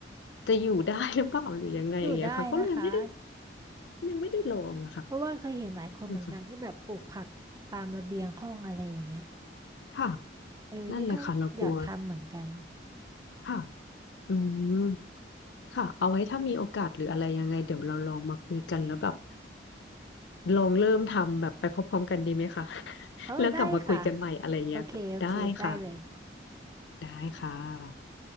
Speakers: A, on the left (about 75°); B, on the right (about 20°).
A: จะอยู่ได้หรือเปล่าหรือยังไงอย่างเงี้ยค่ะก็เลยไม่ได้
B: อยู่ได้นะคะ
A: ยังไม่ได้ลองนะคะ
B: เพราะว่าเคยเห็นหลายคนเหมือนกันที่แบบปลูกผักตามระเบียงห้องอะไรอย่างเงี้ย
A: นี่ค่ะค่ะ
B: เออนี่ก็อยากทำเหมือนกัน
A: นั่นแหละค่ะเรากลัวค่ะอืม ค่ะเอาไว้ถ้ามีโอกาสหรืออะไรยังไงเดี๋ยวเราลองมาคุยกันแล้วแบบลองเริ่มทำแบบไปพร้อมๆกันดีไหมคะ <laughs>
B: เออได้ค่ะ
A: แล้วกลับมาคุยกันใหม่อะไรเงี้ยค่ะได้ค่ะ
B: โอเคโอเคได้เลย
A: ได้ค่ะ